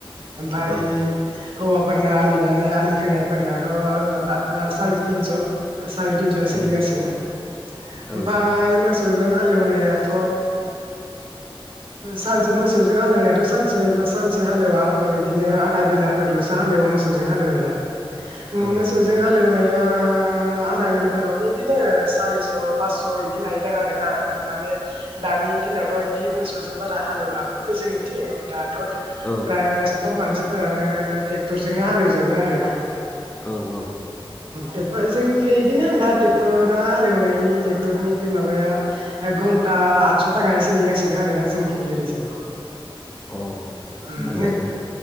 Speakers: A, on the right; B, on the left.
A: ओमफाय
B: औ
A: हौवा फोरना आलि दाननाय आलि खोनायफोरनाथ माबा साराय तिनस सार - थिनस सोलिगासिनो
B: औ
A: ओमफाय
B: औ
A: मोस सौजों हालेवनायाथ सानसे मोसौजों हालेवनायाथ सानसे सानसे हालेवा ओ बिदिनो आधा बेलाफोरलसो हालेवो मोसौजों हालेवनाया। उम
B: औ
A: मोसौजों हालेव नाया आदा बेलाव फोरावनो बिदिनो सारिस फासस बिदि लायोदां आरोना माने दानि दिनावथ बिदि मोसौजों बारा हालेवला नालाय जोंनिथिं दाथ'।
B: औ
A: फ्रा सब मानसि फोरानो ट्रेक्टरजोंनो हालेवजोबो आरो ना।
B: औ औ
A: बेफोर जोंनिख बिदिनो दा ट्रेक्टरा हालेवनायनि ट्रेक्टरनि बे माबाया घन्टा आदस' थाखायै सोलिगासिनो आरो जोंनिखै ओरैजाय
B: औ
A: ओम
B: मोजा नोंथां